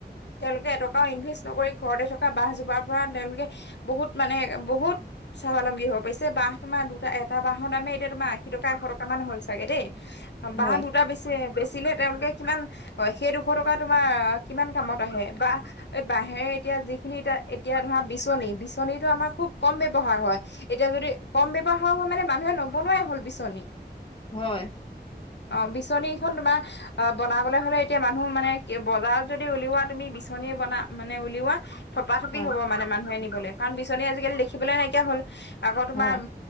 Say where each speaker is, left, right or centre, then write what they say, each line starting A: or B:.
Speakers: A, on the left; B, on the left.
A: তেওঁলোকে এটকাও ইনভেষ্ট নকৰি ঘৰতে থকা বাঁহ জোপাৰ পৰা তেওঁলোকে। বহুত মানে বহুত। স্বাৱলম্বী হ'ব পাৰিছে। বাহ তোমাৰ দুটা, এটা বাহৰ দামে এতিয়া তোমাৰ আশী টকা, এশ টকা মান হ'ল চাগে! লাগে দেই বাহ
B: হয়
A: দুটা বেছি বেচিলে তেওঁলোকে কিমান অ, সেই দুশ টকা তোমাৰ কিমান কামত আহে বা এই বাঁহেৰে এতিয়া যিখিনি এতিয়া এতিয়া ধৰা বিচনী, বিচনীটো আমাৰ খুব কম ব্যৱহাৰ হয়। এতিয়া যদি কম ব্যৱহাৰ হয় মানে মানুহে নবনোৱাই হ'ল বিচনী।
B: হয়।
A: অ' বিচনী কেইখন তোমাৰ আ বনাবলৈ হ'লে এতিয়া মানুহ মানে বজাৰত যদি উলিওৱা তুমি বিচনী বনা মানে উলিওৱা থপাথপি
B: অ
A: হ'ব মানে মানুহে নিবলে কাৰণ বিচনী আজিকালি দেখিবলৈ নাইকিয়া হ'ল আকৌ তোমাৰ।
B: হয়